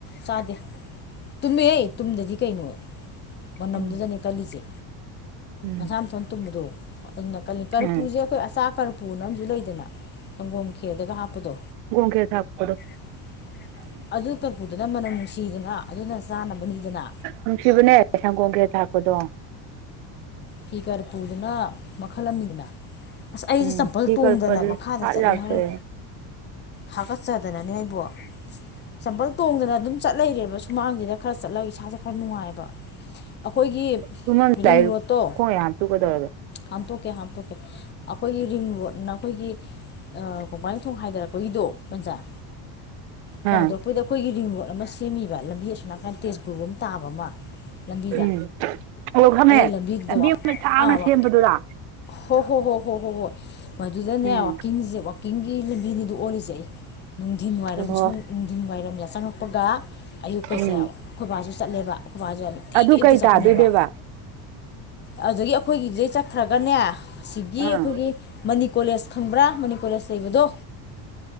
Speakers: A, on the left; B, on the right.
A: ꯆꯥꯗꯦ ꯇꯨꯝꯃꯦꯍꯦ ꯇꯨꯝꯗꯗꯤ ꯀꯩꯅꯣ ꯃꯅꯝꯗꯨꯗꯅꯦ
B: ꯎꯝ
A: ꯀꯜꯂꯤꯁꯦ
B: ꯎꯝ
A: ꯃꯁꯥꯝꯇꯣꯝ ꯇꯨꯝꯕꯗꯣ ꯑꯗꯨꯅ ꯀ ꯀꯔꯤꯄꯨꯁꯦ
B: ꯎꯝ
A: ꯑꯩꯈꯣꯏ ꯑꯆꯥ ꯀꯔꯄꯨꯅ ꯑꯃꯁꯝꯨ ꯂꯩꯗꯅ ꯁꯪꯒꯣꯝ ꯈꯦꯔꯗꯒ ꯍꯥꯞꯄꯗꯣ
B: ꯀꯩ ꯑꯆꯥꯄꯣꯠꯅꯣ
A: <inaudible> ꯑꯗꯨ ꯀꯔꯄꯨꯗꯨꯅ ꯃꯅꯝ ꯅꯨꯡꯁꯤꯗꯅ ꯑꯗꯨꯅ ꯆꯥꯅꯕꯅꯤꯗꯅ
B: ꯅꯨꯡꯁꯤꯕꯅꯦ ꯁꯪꯒꯣꯝ ꯈꯦꯔ ꯊꯥꯛꯄꯗꯣ
A: ꯐꯤ ꯀꯔꯄꯨꯔꯗꯨꯅ ꯃꯈꯜ ꯑꯃꯅꯤꯗꯅ ꯑꯁ ꯑꯩꯁꯦ
B: ꯎꯝ
A: ꯆꯝꯄꯜ
B: ꯐꯤ
A: ꯇꯣꯡꯗꯅ
B: ꯀꯔꯄꯟ
A: ꯃꯈꯥꯗ
B: ꯍꯥꯠ
A: ꯆꯠꯂꯦ
B: ꯌꯥꯗ꯭ꯔꯦ
A: ꯍꯣꯔꯦꯟ ꯍꯥꯀꯠꯆꯗꯅꯅꯦ ꯑꯩꯕꯣ ꯆꯝꯄꯜ ꯇꯣꯡꯗꯅ ꯑꯗꯨꯝ ꯆꯠ ꯂꯩꯔꯦꯕ ꯁꯨꯃꯥꯡꯁꯤꯗ ꯈꯔ ꯆꯠꯂꯒ ꯏꯁꯥꯁꯦ ꯈꯔ ꯅꯨꯡꯉꯥꯏꯕ ꯑꯩꯈꯣꯏꯒꯤ
B: ꯇꯨꯝ ꯃꯝ ꯇꯥꯏ
A: ꯔꯤꯡ ꯔꯣꯗꯠꯇꯣ
B: ꯈꯣꯡ ꯌꯥ ꯇꯨ ꯀꯗ
A: ꯍꯥꯝꯇꯣꯛꯀꯦ ꯍꯥꯝꯇꯣꯛꯀꯦ ꯑꯩꯈꯣꯏꯒꯤ ꯔꯤꯡ ꯔꯣꯠꯅ ꯑꯩꯈꯣꯏꯒꯤ ꯀꯣꯡꯕꯥꯥꯡꯊꯣꯡ ꯍꯥꯏꯗꯔꯛꯀꯣ ꯍꯤꯗꯣ ꯀꯟꯖꯥ ꯊꯣꯡ
B: ꯑ
A: ꯍꯥꯡꯗꯣꯔꯛꯄꯩꯗ ꯑꯩꯈꯣꯏꯒꯤ ꯔꯤꯡ ꯔꯣꯗ ꯑꯃ ꯁꯦꯝꯃꯤꯕ ꯂꯝꯕꯤ ꯑꯁꯣꯝ ꯅꯥꯀꯟꯗ ꯇꯦꯖꯄꯨꯔꯕꯨꯛ ꯇꯥꯕ ꯑꯃ ꯂꯝꯕꯤꯗ
B: ꯎꯝ ꯑꯣ ꯈꯪꯉꯦ
A: ꯑꯗꯨꯏ ꯂꯝꯕꯤꯗꯨꯗ
B: ꯂꯝꯕꯤ ꯑꯃ ꯁꯥꯡꯅ
A: ꯑꯥ
B: ꯁꯦꯝꯕꯗꯨꯔꯥ
A: ꯍꯣ ꯍꯣ ꯍꯣ ꯍꯣ ꯍꯣꯏ ꯍꯣꯏ ꯃꯗꯨꯗꯅꯦ
B: ꯎꯝ
A: ꯋꯥꯛꯀꯤꯡꯖꯦ ꯀꯥꯛꯀꯤꯡꯒꯤ ꯂꯝꯕꯤꯅꯤꯗꯣ ꯑꯣꯜꯂꯤꯁꯦ ꯅꯨꯡꯊꯤꯟ ꯋꯥꯏꯔꯝ
B: ꯑꯣ
A: ꯁꯨꯡ ꯅꯨꯡꯊꯤꯟ ꯋꯥꯏꯔꯝ ꯌꯥꯆꯪꯉꯛꯄꯒ ꯑꯌꯨꯛꯀꯁꯦ
B: ꯎꯝ
A: ꯑꯩꯈꯣꯏꯕꯥꯁꯨ ꯆꯠꯂꯦꯕ ꯑꯩꯈꯣꯏꯕꯥꯁꯨ ꯌꯥꯝ ꯅꯨꯡꯇꯤꯒꯤ
B: ꯑꯗꯨ
A: ꯑꯌꯨꯛꯇ
B: ꯀꯩ
A: ꯆꯠꯄꯅꯦꯕ
B: ꯇꯥꯗꯣꯏꯅꯦꯕ
A: ꯑꯗꯨꯗꯒꯤ ꯑꯩꯈꯣꯏꯒꯤꯗꯩ ꯆꯠꯈ꯭ꯔꯒꯅꯦ ꯑꯁꯤꯒꯤ
B: ꯑꯥ
A: ꯑꯩꯈꯣꯏꯒꯤ ꯃꯅꯤ ꯀꯣꯂꯦꯖ ꯈꯪꯕ꯭ꯔꯥ ꯃꯅꯤ ꯀꯣꯂꯦꯖ ꯂꯩꯕꯗꯣ